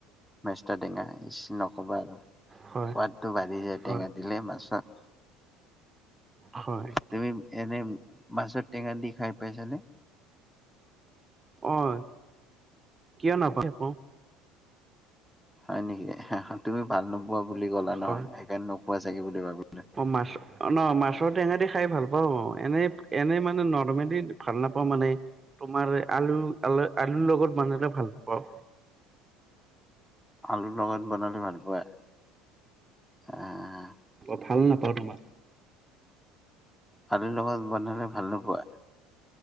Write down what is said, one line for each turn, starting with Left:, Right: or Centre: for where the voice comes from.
Centre: বেছ টেঙা ইচ নকবা, আৰু সোৱাদটো
Right: হয়
Centre: বাঢ়ি যায়
Right: হয়
Centre: টেঙা দিলে মাছত।
Right: হয়।
Centre: তুমি এনে মাছত টেঙা দি খাই পাইছানে?
Right: অ'। কিয় নাপায় কও।
Centre: হয় নেকি, তুমি ভাল ন? পোৱা বুলি গলা
Right: হয়
Centre: নহয়, সেইকাৰণে নোকোৱা চাগে বুলি ভাবিলো।
Right: মাছ অ' ন মাছৰ টেঙা দি খাই ভাল পাও, অ' এনে এনে মানে নৰৰ্মেলি ভাল নাপাওঁ, মানে তোমাৰ আলু আল আলুৰ লগত বনালে ভাল পাওঁ।
Centre: আলুৰ লগত বনালে, ভাল পোৱা? উম।
Right: আ ভাল নাপাওঁ তোমাক।
Centre: আলো লগত বনালে ভাল নোপোৱা?